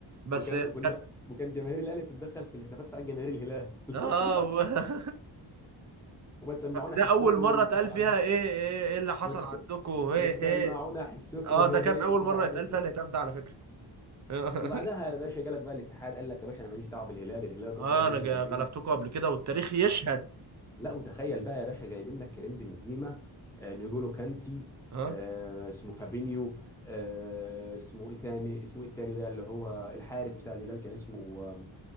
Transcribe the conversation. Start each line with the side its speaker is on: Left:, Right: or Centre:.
Right: بس
Centre: وكان
Right: كان
Centre: كنا وكان جماهير الاهلي تتدخل في الهتافات بتاعت جماهير الهلال <laughs>
Right: اه
Centre: لو تفتكر
Right: <laughs>
Centre: وما تسمعونا
Right: ده
Centre: حسكم
Right: اول مره
Centre: اللي
Right: اتقال
Centre: حصل
Right: فيها
Centre: عندكم
Right: ايه ايه ايه اللي حصل
Centre: ما تس-
Right: عندكم ايه
Centre: ما تسمعونا
Right: ايه
Centre: حسكم
Right: اه
Centre: هي
Right: ده كان
Centre: هي اللي
Right: اول
Centre: حصل
Right: مره
Centre: عندكم
Right: يتقال فيها الهتاف ده على فكره
Centre: <laughs>
Right: <laughs>
Centre: وبعدها يا باشا جالك بقى الاتحاد قال لك يا باشا انا ماليش دعوه بالهلال الهلال
Right: اه
Centre: ده طرد منه
Right: انا جا-
Centre: لاعبين
Right: غلبتكم قبل كده والتاريخ يشهد
Centre: اه لا وتخيل بقى يا باشا جايبين لك كريم بنزيما آه نيجولو كانتي
Right: اه
Centre: آه اسمه فابينيو آه اسمه ايه تاني اسمه ايه التاني ده اللي هو الحارس بتاع الهلال كان اسمه آه